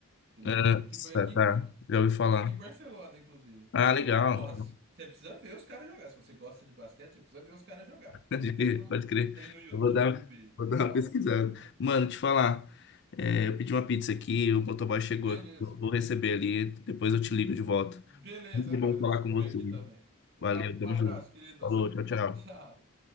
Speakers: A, on the right; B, on the left.
A: que ele
B: Ah,
A: foi, que foi
B: tá,
A: aqui,
B: tá.
A: que
B: Já ouvi falar.
A: que foi aqui em Barcelona, inclusive.
B: Ah, legal.
A: Porra,
B: <laughs>
A: você precisa ver os caras jogar. Se você gosta de basquete, você precisa ver os caras jogar. Tem,
B: Pode
A: tem
B: crer,
A: no,
B: pode crer.
A: tem no YouTube
B: Eu vou dar,
A: e
B: vou
A: tal.
B: dar uma pesquisada. Mano, te falar. é, eu pedi uma pizza aqui, o motoboy chegou
A: Beleza.
B: aqui. Eu vou receber ali, depois eu te ligo de volta.
A: Beleza,
B: Muito
A: é nóis.
B: bom falar
A: Eu preciso
B: com
A: comer
B: você.
A: aqui também. Um,
B: Valeu,
A: a- um
B: tamo
A: abraço,
B: junto.
A: querido.
B: Falou,
A: Sempre
B: tchau,
A: bom.
B: tchau.
A: <laughs> Tchau.